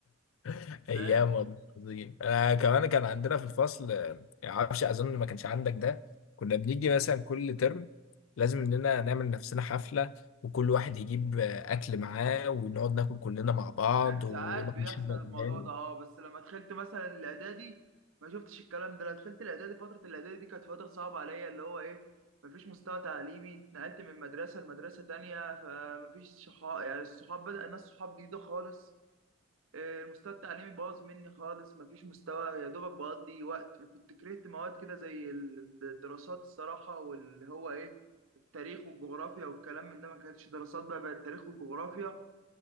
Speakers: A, on the left (about 75°); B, on the right (about 75°).
A: <laughs> ايام
B: فاهم
A: والله عظيم انا كمان كان عندنا في الفصل آه، معرفش اظن ما كانش عندك ده كنا بنيجي مثلا كل ترم لازم اننا نعمل نفسنا حفله وكل واحد يجيب آه، اكل معاه ونقعد ناكل كلنا مع بعض
B: كان
A: ونقعد
B: ساعات بيحصل
A: نشغل اغاني
B: الموضوع ده اه بس لما دخلت مثلا الإعدادي ما شفتش الكلام ده لما دخلت الإعدادي فترة الإعدادي دي كانت فترة صعبة عليا اللي هو إيه مفيش مستوى تعليمي اتنقلت من مدرسة لمدرسة تانية فمفيش صحاب يعني الصحاب بدأ الناس صحاب جديدة خالص آه، المستوى التعليمي باظ مني خالص مفيش مستوى يا دوبك بقضي وقت وكنت كرهت مواد كده زي الدراسات الصراحة واللي هو إيه التاريخ والجغرافيا والكلام من ده ما كانتش دراسات بقى بقت تاريخ وجغرافيا